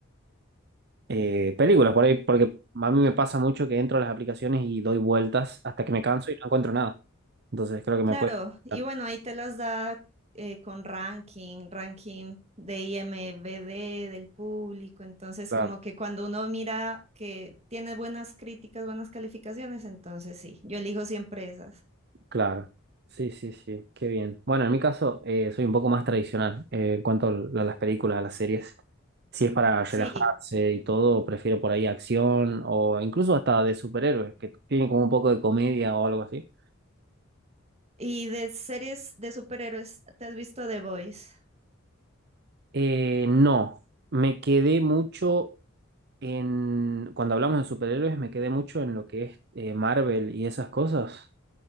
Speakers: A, on the right (about 50°); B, on the right (about 30°).
A: eh, películas por ahí, porque a mí me pasa mucho que entro a las aplicaciones y doy vueltas hasta que me canso y no encuentro nada. Entonces creo que
B: Claro,
A: me puede...
B: y
A: afectar.
B: bueno, ahí te las da eh, con ranking, ranking de IMDb del público, entonces
A: Claro,
B: como que cuando uno mira que tiene buenas críticas, buenas calificaciones, entonces sí, yo elijo siempre esas.
A: claro. Sí, sí, sí, qué bien. Bueno, en mi caso eh, soy un poco más tradicional eh, en cuanto a la- las películas, a las series. Si es para relajarse
B: Sí,
A: y todo, prefiero por ahí acción o incluso hasta de superhéroes, que tienen como un poco de comedia o algo así.
B: y de series de superhéroes, ¿te has visto The Boys?
A: Eh, no, me quedé mucho en, cuando hablamos de superhéroes me quedé mucho en lo que es eh, Marvel y esas cosas,